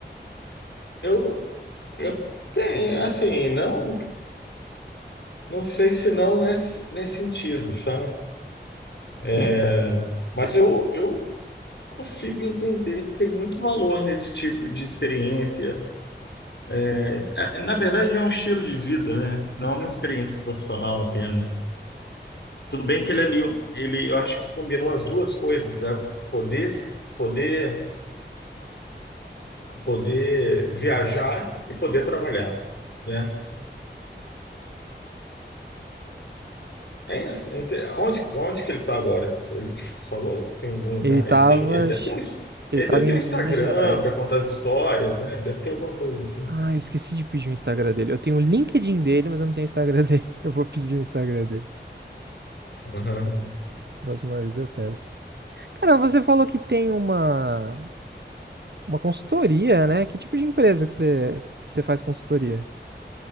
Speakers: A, on the left; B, on the right.
A: Eu, eu tenho, assim, não, não sei se não nesse, nesse sentido, sabe? É, mas eu, eu consigo entender que tem muito valor nesse tipo de experiência. É, na verdade, é um estilo de vida, né? Não é uma experiência profissional apenas. Tudo bem que ele ali, ele, eu acho que combinou as duas coisas, né? Poder, poder, poder viajar e poder trabalhar, né? É isso. é Onde, onde que ele está agora? Ele te falou, se tem algum
B: Ele
A: lugar?
B: tava,
A: Ele tem, ele deve
B: acho-
A: ter um, ins-
B: ele
A: ele
B: tava
A: deve ter
B: em
A: um Instagram
B: Minas Gerais.
A: para contar as histórias, né? Deve ter alguma coisa assim.
B: Ah, eu esqueci de pedir o Instagram dele. Eu tenho o LinkedIn dele, mas eu não tenho o Instagram <laughs> dele. Eu vou pedir o Instagram dele.
A: <laughs>
B: Próxima vez eu peço. Cara, você falou que tem uma Uma consultoria, né? Que tipo de empresa que você, que você faz consultoria?